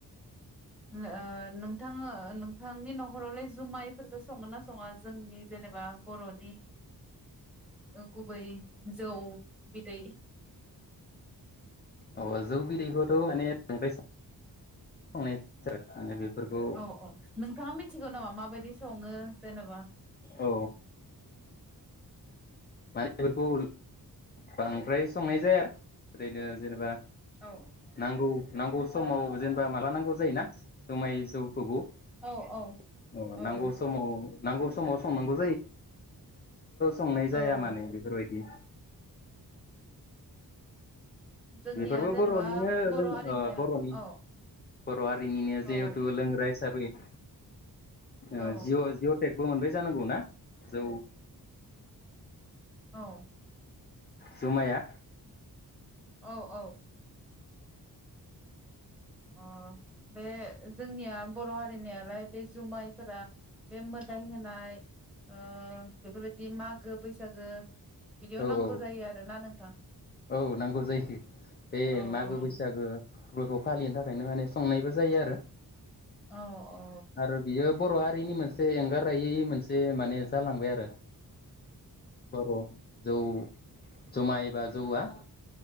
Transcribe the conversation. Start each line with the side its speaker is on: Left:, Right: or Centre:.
Centre: ओ नोंथाङा नोंथांनि न' हरावलाय जुमायफोरखौ संगोना ना सङा जोंनि जेनेबा बर'नि ओ गुबै जौ बिदै
Left: अ जौ बिदैखौथ' माने <unintelligible> बांद्राय बेफोरखौ
Centre: औ औ नोंथाङा मि थिगौ नामा माबायदि सङो जेनेबा?
Left: औ <unintelligible> मानि बेफोरखौ बांद्राय संनाय जाया ओरैनो जेनेबा
Centre: औ
Left: नांगौ नांगौ समाव जेनेबा माला नांगौ जायोना जुमाय जौ खौबो ओ
Centre: औ औ औ
Left: नांगौ समाव नांगौ समाव संनांगौ जाया
Centre: औ
Left: मानो बेफोरबायदि
Centre: जोंनिया
Left: बेफोरबो
Centre: जेनेबा
Left: बरनिनो
Centre: बर'
Left: लों
Centre: हारिनिया
Left: ओ बरनि
Centre: औ
Left: बर हारिनिनो जिहेतु
Centre: औ
Left: लोंग्रा हिसाबै ओ
Centre: औ
Left: जि अ' जि अ' थेकबो मोनबाय जानांगौ ना जौ
Centre: औ।
Left: जुमाया।
Centre: औ औ। अ बे जोंनिया बर हारिनियालाय बे जुमायफोरा बे मोदाय होनाय ओ बेफोर बायदि मागो बैसागो बिदियाव
Left: औ
Centre: नांगौ
Left: औ
Centre: जायो आरोना नोंथां।
Left: औ नांगौ जायो बे
Centre: औ
Left: मागो
Centre: औ
Left: बैसागो फोरबो फालिनो थाख थाखायनो माने संनायबो जायो आरो।
Centre: औ औ।
Left: आरो बियो बर हारिनि मोनसे एंगारायै मोनसे माने जालांबाय आरो बर' जौ। जुमाय बाज जौउआ?